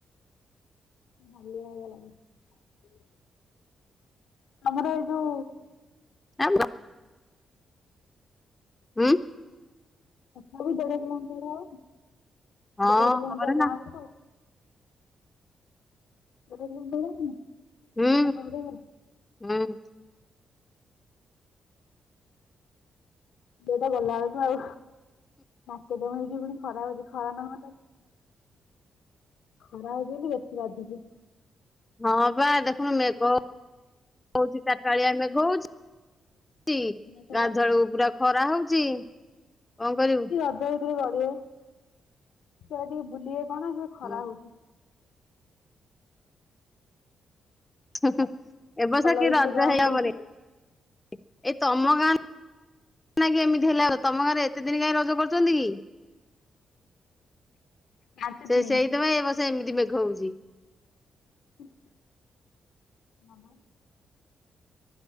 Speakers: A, on the left; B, on the left.
A: ହିଲିିଆ ହାଲିଆ ଲାଗୁଛି। ଆମର ଏଇ ଯୋଉ
B: ଆ <unintelligible> ହୁଁ?
A: ହଁ ତଥାପି ଦେଢ କିଲୋମିଟର ଆଉ
B: ହଁ
A: ଦେଢ କିଲୋମିଟର
B: ହବରେ ନା
A: <inaudible> <unintelligible>
B: ହୁଁ
A: ଆମ ଘର ପାଖରୁ
B: ହୁଁ
A: ଦିଟା ଗଲା ବେଳକୁ ଆଉ ନାକେ ଦମ ହେଇକି ପୁଣି ଖରା ହଉଛି ଖରା ନହ ଖରା ହେଉଛି ବୋଲି ବେଶୀ ବାଧୁଛି।
B: ହଁ ବା ଦେଖୁନୁ ମେଘ, ହଉଛି ଚାରିଟାଳିଆ ମେଘ ହଉଛି ଛି
A: ଦିନସାରା
B: ଗାଧୁଆଳକୁ
A: ଖରା
B: ପୁରା ଖରା ହଉଚି। କଣ କରିବୁ?
A: କି ରଜ ଭିତରେ କରିବେ ସେଟା ଟିକେ ବୁଲିବେ କଣ ସେ ଖରା
B: ହୁଁ।
A: ହଉଛି।
B: ହିଁ ହିଁ ଏ ବର୍ଷ
A: ଭଲ
B: କି
A: ହେଇଛି
B: ରଜ
A: ତ ଗାଁ
B: ହେଲା
A: ଭିତରେ
B: ହେବନି
A: ସବୁ।
B: ଏଇ ତମ ଗାଁ ନଁକ ଏମିତି ହେଲା ଆ ତମ ଗାଁରେ ଏତେ ଦିନ କାହିଁ ରଜ କରୁଛନ୍ତି କି?
A: ପାଞ୍ଚ
B: ସେ
A: ଦିନି
B: ସେଇଥିପାଇଁ ଏ ବର୍ଷ ର୍ଏମିତି ମେଘହଉଛି।
A: <unintelligible>